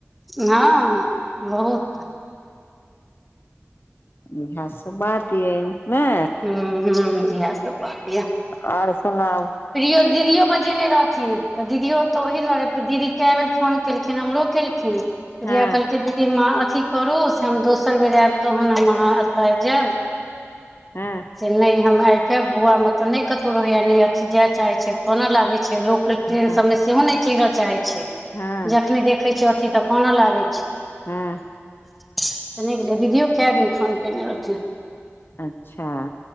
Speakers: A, in the centre; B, on the left (about 55°).
A: हँ बहुत
B: इह सब बात यमे
A: हुं हूं इहे सब बात या
B: आओर सुनाउ
A: प्रयो दीदियो बजेने रहथिन तऽ दीदियो तऽ ओहि दुआरे फेर दीदी कए बेर फोन केलखिन हमरो केलखिन
B: हँ
A: जा कहलकै दि अथी करू से हम दोसर बेर आयब तहन हम अहाँ एतऽ आब जायब
B: हँ
A: से नहि हम आबे बौआ मे तऽ नहि कतहु रहैया ने अथी जाय चाहे छै कोना लागे छै लोक ट्रेन
B: हँ
A: सब में सेहो नहि चहिर चाहे छै
B: हँ
A: जखने देखे छ अथी तऽ कानअ लागे छै
B: हँ
A: तऽ नइ गेलै दीदियो कए दिन फोन केने रहथिन
B: अच्छा